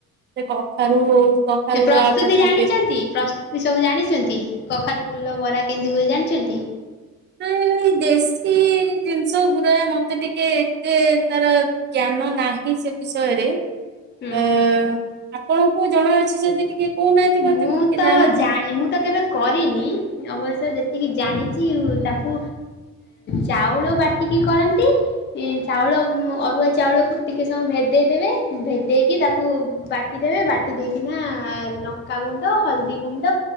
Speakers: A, on the right; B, on the left.
A: ସେ କଖାରୁ କଖାରୁର
B: ପ୍ରସ୍ତୁତି
A: ଆପଣ
B: ଜାଣିଛନ୍ତି
A: ଏବେ
B: ପ୍ର ଏ ସବୁ ଜାଣିଛନ୍ତି କଖାରୁ ଫୁଲ ବରା କେମିତି ହୁଏ ଜାଣିଛନ୍ତି?
A: ଏଇ ଦେଶୀ ଜିନିଷ ଓପରେ ମତେ ଟିକେ ଏତେ ତାର ଜ୍ଞାନ ନାହିଁ ସେ ବିଷୟରେ
B: ହୁଁ।
A: <unintelligible> ଆପଣଙ୍କୁ ଜଣାଅଛି ଯଦି ଟିକେ କହୁନାହାନ୍ତି ମତେ
B: ମୁଁ
A: ଟିକେ
B: ତ
A: ଜାଣନ୍ତି।
B: ଜାଣି ମୁଁ ତ କେବେ କରିନି ଅବଶ୍ୟ ଯେତିକି ଜାଣିଚି ତାକୁ ଚାଉଳ ବାଟିକି କରନ୍ତି ଏଇ ଚାଉଳ ମ ଅରୁଆ ଚାଉଳକୁ ଟିକେ ସମୟ ଭେଦେଇଦେବେ ଭେଦେଇକି ତାକୁ ବାଟି ଦେବେ ବାଟି ଦେଇକିନା ଲ ଲଙ୍କା ଗୁଣ୍ଡ ହଳଦୀ ଗୁଣ୍ଡ